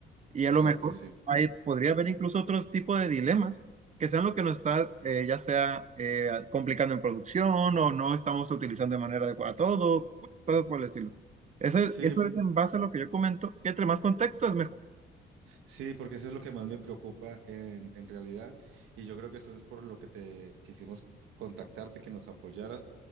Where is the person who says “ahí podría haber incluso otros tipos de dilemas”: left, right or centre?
Right